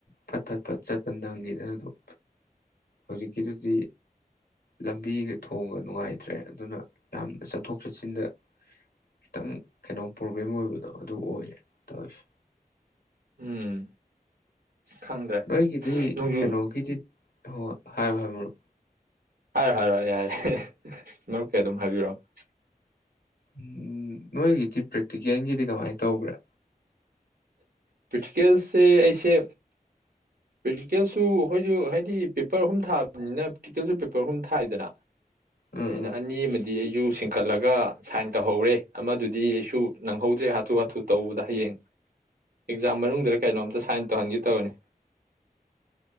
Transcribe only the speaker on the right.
ꯎꯝ ꯈꯪꯗ꯭ꯔꯦ
ꯅꯣꯡꯖꯨ
ꯍꯥꯏꯔꯑꯣ ꯍꯥꯏꯔꯑꯣ ꯌꯥꯔꯦ ꯅꯣꯛꯀꯦ ꯑꯗꯨꯝ ꯍꯥꯏꯕꯤꯔꯛꯑꯣ
ꯄꯤꯁꯦ ꯑꯩꯁꯦ ꯄ꯭ꯔꯔꯤꯦꯛꯇꯤꯀꯦꯜꯁꯨ ꯑꯩꯈꯣꯏꯁꯨ ꯍꯥꯏꯗꯤ ꯄꯦꯄꯔ ꯑꯍꯨꯝ ꯊꯥꯕꯅꯤꯅ ꯄ꯭ꯔꯦꯛꯇꯤꯀꯦꯜꯁꯨ ꯄꯦꯄꯔ ꯑꯍꯨꯝ ꯊꯥꯏꯗꯅ
ꯑꯗꯩꯗ
ꯑꯅꯤ ꯑꯃꯗꯤ ꯑꯩ ꯌꯨ ꯁꯤꯡꯀꯠꯂꯒ ꯁꯥꯏꯟ ꯇꯧꯍꯧꯔꯦ ꯑꯃꯗꯨꯗꯤ ꯑꯩꯁꯨ ꯅꯪꯍꯧꯗ꯭ꯔꯦ ꯍꯥꯊꯨ ꯍꯥꯊꯨ ꯇꯧꯕꯗ ꯍꯌꯦꯡ ꯑꯦꯛꯖꯥꯝ ꯃꯅꯨꯡꯗꯨꯗ ꯀꯩꯅꯣꯝꯇ ꯁꯥꯏꯟ ꯇꯧꯍꯟꯒꯦ ꯇꯧꯕꯅꯤ